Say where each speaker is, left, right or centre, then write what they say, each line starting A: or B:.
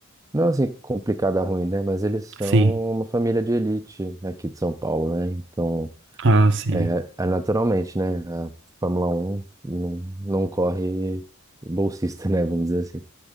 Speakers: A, on the right; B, on the right.
A: Não é assim complicada ruim, né? Mas eles são
B: sim,
A: uma família de elite aqui de São Paulo, né? Então,
B: ah, sim.
A: é, é naturalmente, né? A Fórmula Um não, não corre bolsista, né? Vamos dizer assim.